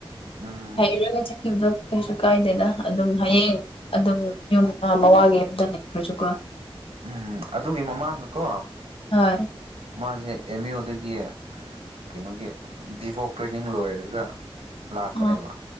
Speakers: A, on the right (about 80°); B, on the left (about 70°).
A: ꯎꯝ
B: ꯍꯥꯏꯔꯒ ꯆ ꯀ ꯎꯗ ꯀꯩ ꯀꯥꯏꯗꯦꯗ ꯑꯗꯨꯝ ꯍꯌꯦꯡ ꯑꯗꯨꯝ ꯌꯨꯝ ꯃꯃꯥꯡꯒꯤ ꯌꯨꯝꯗ ꯂꯩꯈ꯭ꯔꯁꯨꯀꯣ
A: ꯎꯝ ꯑꯗꯨꯒꯤ ꯃꯃꯥꯡꯅꯀꯣ
B: ꯍꯣꯏ
A: ꯃꯥꯁꯦ ꯑꯦꯝ ꯌꯨꯗꯒꯤ ꯀꯩꯅꯣꯒꯤ ꯚꯤꯚꯣꯛ ꯇ꯭ꯔꯦꯅꯤꯡ ꯂꯣꯏꯔꯒ ꯂꯥꯛꯄꯅꯦꯕ
B: ꯑꯥ